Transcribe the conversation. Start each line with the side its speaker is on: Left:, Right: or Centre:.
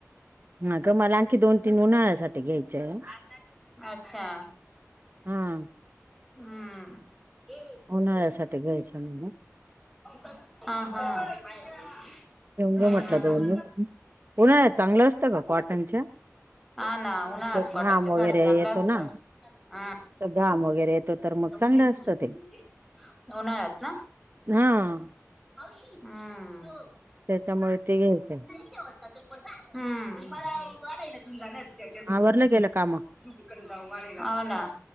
Right: आग मला आणखी दोन तीन उन्हाळ्यासाठी घ्यायच्या आहे.
Centre: आता घेतल्या आच्छा.
Right: हां.
Centre: हम ये
Right: उन्हाळ्यासाठी
Centre: सुन
Right: घ्यायच्या मला.
Centre: <inaudible> हा हा हम
Right: घेऊन घे
Centre: हम
Right: म्हटलं
Centre: हम
Right: दोन दिवस. उन्हाळ्यात चांगलं असतं गं कॉटनच्या
Centre: हा ना उन्हाळ्यात
Right: असं
Centre: कॉटनच्या
Right: घाम वगैरे
Centre: साड्या चांगल्या
Right: येतो
Centre: असतात
Right: ना
Centre: हां
Right: तर घाम वगैरे येतो तर मग
Centre: आता
Right: चांगलं
Centre: उदया <inaudible>
Right: असतं ते
Centre: उन्हाळ्यात ना.
Right: हं.
Centre: मावशी, हम्म प
Right: त्याच्यामुळे ते घ्यायचय.
Centre: कसे म्हणतात तू पण जा, हम्म मला वाढायला घेऊन जाणार आहेत त्यांच्या सोबत.
Right: आवरलं गेलं काम
Centre: तू तीकडे जा वाढायला हाव ना,